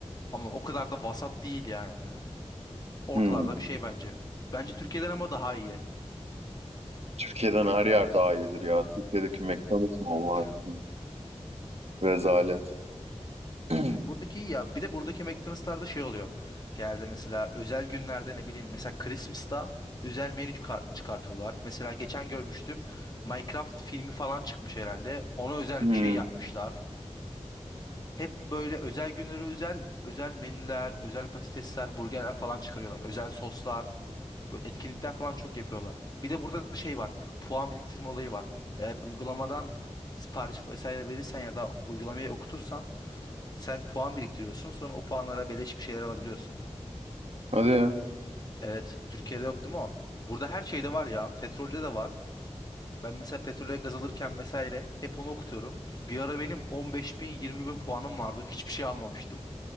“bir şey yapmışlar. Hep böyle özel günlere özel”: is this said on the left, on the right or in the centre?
Left